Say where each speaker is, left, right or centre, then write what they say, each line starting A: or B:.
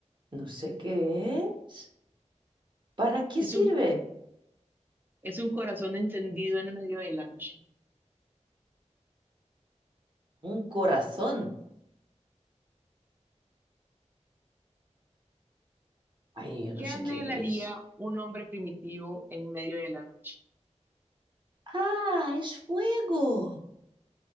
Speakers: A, on the right; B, on the right.
A: no sé qué es. ¿Para qué
B: es
A: sirve?
B: un, es un corazón encendido en medio de la noche.
A: Un corazón. Ay, yo
B: ¿Qué
A: no sé
B: anhelaría
A: qué es.
B: un hombre primitivo en medio de la noche?
A: Ah, es fuego.